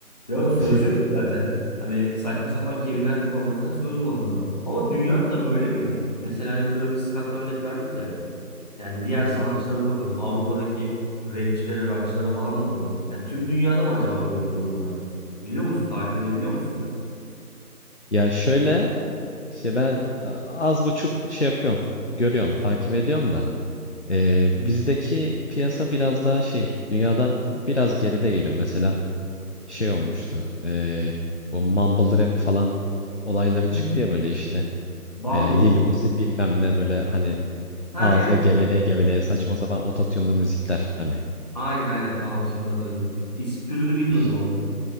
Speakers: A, on the left; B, on the left.
A: Ya söz
B: Hı
A: yok ki zaten. Hani saçma sapan kelimeler kullanmaktan söz bulamıyorlar. Ama dünyada da böyle mi ya? Mesela hani Travis Scott'a örnek verdik ya. Yani diğer sanatçılara
B: hı. <laughs>
A: bakalım. Avrupa'daki rapçilere, rockçılara falan bakalım. Ya tüm dünyada mı acaba böyle bir durum var artık? Biliyor musun? Takip edebiliyor musun sen?
B: Ya şöyle işte ben az buçuk şey yapıyorum. Görüyorum takip ediyorum da. e, bizdeki piyasa biraz daha şey dünyadan biraz geride geliyor. Mesela şey olmuştu. e, bu mumble rap falan olayları çıktı
A: Hı.
B: ya böyle işte.
A: Bumble'ı.
B: e, Lil Uzi bilmem ne böyle hani
A: Ha
B: ağızda
A: evet.
B: geveleye geveleye saçma sapan ototune'lu müzikler hani.
A: Aynen aynen tamam şimdi hatırladım. İsim türünü bilmiyordum
B: İş-
A: ama.